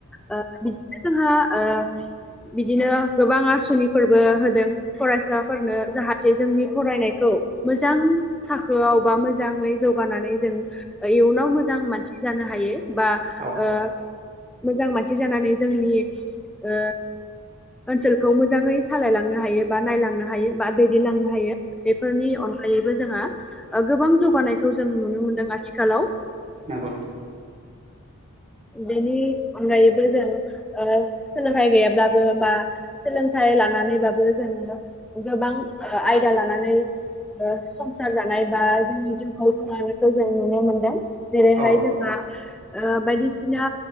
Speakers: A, in the centre; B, on the right.
A: ओ बिदिनो जोंहा ओ बिदिनो गोबां आसनिफोरबो होदों फरायसाफोरनो जाहाथ जे जोंनि फरायनायखौ मोजां थाखोआव बा मोजांङै जौगानानै जों इउन इउनाव मोजां मानसि जानो हायो बा
B: औ
A: ओ मोजां मानसि जानानै जोंनि ओ ओनसोलखौ मोजांङै सालायलांनो हायो बा नायलांनो हायो बा दैदेनलांनो हायो बेफोरनि अनगायैबो जोंहा बा ओ गोबां जौगानायखौ जों नुनो मोनदों आथिखालाव
B: नोंगौ नोंथां।
A: बेनि अनगायैबो जों ओ सोलोंथाइ गैयाब्लाबो बा सोलोंथाइ लानानैबाबो जों गोबां आयदा लानानै ओ संसार जानाय बा जोंनि जिउखौ खौ जों नुनो मोनदों जेरैहाय
B: औ नंगौ औ
A: जोंहा ओ बायदिसिना